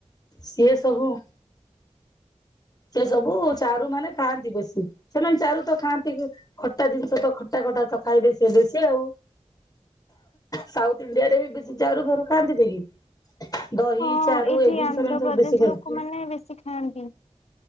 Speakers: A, on the left; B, on the left.
A: ସିଏ ତୋ ହୁଁ। ସେ ସବୁ ଚାରୁ ମାନେ ଖାଆନ୍ତି ବେଶୀ ସେମାନେ ଚାରୁ ତ ଖାଆନ୍ତି ଖଟା ଜିନିଷ ତ ଖଟା। ଫଟା ତ ଖାଇବେ ସିଏ ବେଶୀ ଆଉ। ସାଉଥ୍ ଇଣ୍ଡିଆ ରେ ବି ବେଶୀ ଚାରୁ ଫାରୁ ଖାଆନ୍ତି ନି କି? ଦହି
B: ହଁ
A: ଚାରୁ
B: ଏଇଠି
A: ଏଇ ଜିନିଷ
B: ଆନ୍ଧ୍ରପ୍ରଦେଶ
A: ସେମାନେ ସବୁ ବେଶୀ ଖାଆନ୍ତି।
B: ଲୋକମାନେ ବେଶୀ ଖାଆନ୍ତି